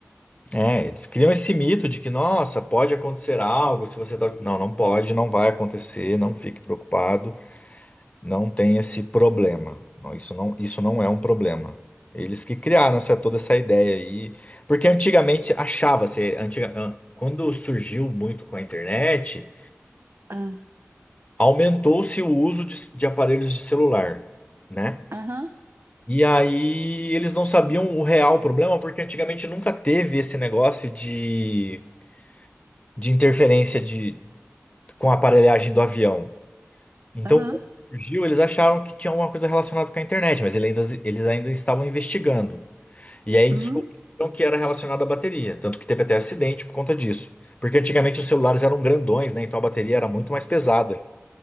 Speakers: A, on the left (about 30°); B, on the right (about 60°).
A: É, eles criam esse mito de que, nossa, pode acontecer algo se você tá... Não, não pode, não vai acontecer, não fique preocupado, não tem esse problema. Não, isso não, isso não é um problema. Eles que criaram essa, toda essa ideia aí. Porque antigamente achava-se, antiga- an- quando surgiu muito com a internet,
B: Ah,
A: aumentou-se o uso de, de aparelhos de celular, né?
B: Aham,
A: E aí eles não sabiam o real problema, porque antigamente nunca teve esse negócio de de interferência de, com a aparelhagem do avião. Então,
B: aham,
A: quando surgiu, eles acharam que tinha alguma coisa relacionada com a internet, mas ele ainda- eles ainda estavam investigando. E aí descobriram
B: uhum,
A: que era relacionado à bateria, tanto que teve até acidente por conta disso. Porque antigamente os celulares eram grandões, né? Então a bateria era muito mais pesada.